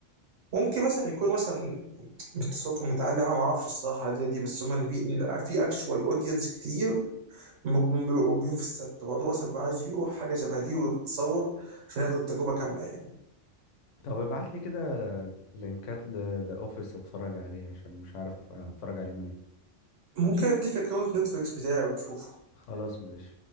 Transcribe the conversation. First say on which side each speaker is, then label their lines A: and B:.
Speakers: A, on the right; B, on the left.
A: ممكن مثلا يكونوا مثلا صوتهم متعلق أنا ما اعرفش الصراحه دي دي بس هم في في اكشوال اودينس كتير ممكن بيبقوا موجودين في الست بعضهم اصلا بيبقى عايز يروح حاجه شبه دي ويتصور عشان ياخد التجربه كامله يعني
B: طب ابعتلي كده لينكات لذا أوفيس أتفرج عليه عشان مش عارف أتفرج عليه منين
A: ممكن اديك اكونت نتفليكس بتاعي وتشوفه
B: خلاص ماشي